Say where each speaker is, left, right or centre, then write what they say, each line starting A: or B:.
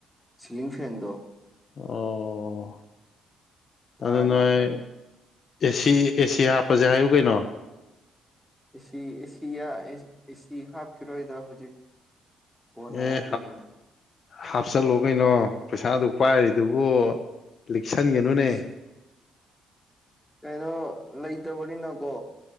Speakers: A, in the centre; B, on the left.
A: ꯁꯤꯂꯤꯡ ꯐꯦꯟꯗꯣ
B: ꯑꯣ
A: ꯊꯥꯔꯤꯌꯦ
B: ꯑꯥ ꯅꯥꯏ
A: ꯀꯟꯅ
B: ꯑꯦꯁꯤ ꯑꯦꯁꯤ ꯍꯥꯞꯄꯁꯦ ꯍꯥꯏꯌꯨ ꯀꯩꯅꯣ
A: ꯑꯦꯁꯤ ꯑꯦꯁꯤ ꯑꯦꯁꯤ ꯍꯥꯞꯈꯤꯔꯣꯏꯗ ꯍꯧꯖꯤꯛ ꯀꯣꯟꯅ
B: ꯑꯦ
A: ꯍꯥꯞꯇꯣꯏꯅꯤꯗ
B: ꯍꯥꯞꯆꯜꯂꯣ ꯀꯩꯅꯣ ꯄꯩꯁꯥ ꯑꯗꯨꯛ ꯄꯥꯏꯔꯤꯗꯨꯕꯨ ꯂꯤꯛꯁꯟꯒꯅꯨꯅꯦ
A: ꯏꯁ ꯀꯩꯅꯣ ꯂꯩꯇꯕꯅꯤꯅꯀꯣ